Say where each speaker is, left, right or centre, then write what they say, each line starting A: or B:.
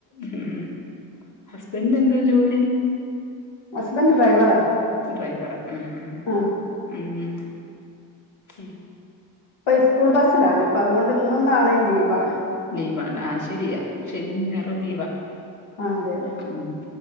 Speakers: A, on the left (about 40°); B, on the left (about 75°).
A: ഉം ഹസ്ബൻഡന് എന്തോ ജോലി?
B: ഹസ്ബെന്റ് ഡ്രൈവറാ
A: ഡ്രൈവറാ ഉം ഉം ഉം
B: ആ
A: ഉം ഉം ഉം
B: ഇപ്പൊ സ്കൂൾ ബസ്സിലാണ് ഇപ്പൊ അതുകൊണ്ട് ഇന്നും നാളെയും ലീവാണ്
A: ലീവാണ് ആഹ് ശരിയാ ശനിയും ഞായറും ലീവാ
B: ആഹ് അതെ അതെ
A: ഉം